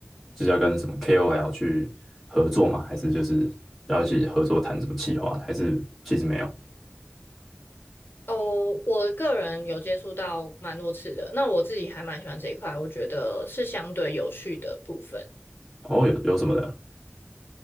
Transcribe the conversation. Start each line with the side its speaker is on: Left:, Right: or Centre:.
Centre: 就是要跟什么 KOL 去合作吗？还是就是要一起合作谈什么企划还是其实没有？
Left: 哦，我个人有接触到蛮多次的，那我自己还蛮喜欢这一块，我觉得是相对有趣的部分。
Centre: 哦，有有什么的？